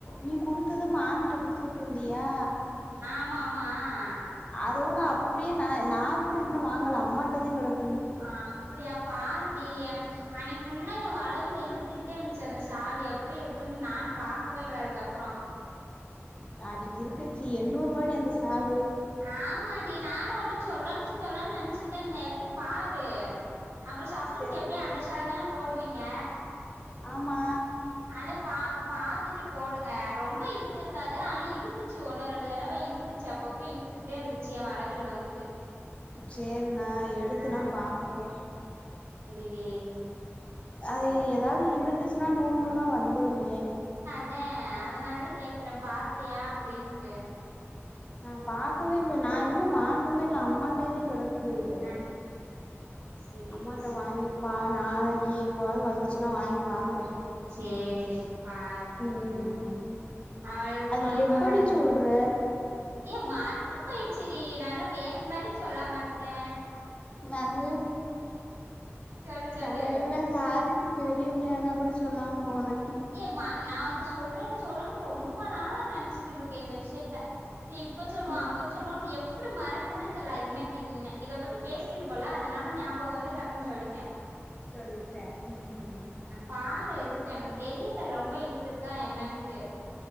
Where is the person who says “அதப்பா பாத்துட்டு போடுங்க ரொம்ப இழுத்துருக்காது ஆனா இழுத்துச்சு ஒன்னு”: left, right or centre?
Right